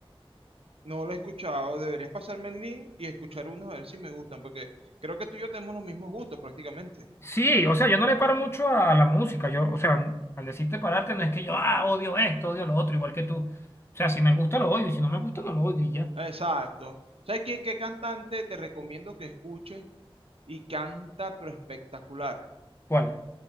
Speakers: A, on the right; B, on the left.
A: no lo he escuchado. Deberías pasarme el link y escuchar unos a ver si me gustan, porque creo que tú y yo tenemos los mismos gustos prácticamente.
B: Sí, o sea, yo no le paro mucho a la música. Yo, o sea, al decirte pararte no es que yo, ah, odio esto, odio lo otro, igual que tú. O sea, si me gusta lo odio y si no me gusta no lo odio y ya.
A: Exacto. ¿Sabes qué, qué cantante te recomiendo que escuches y canta pero espectacular?
B: ¿Cuál?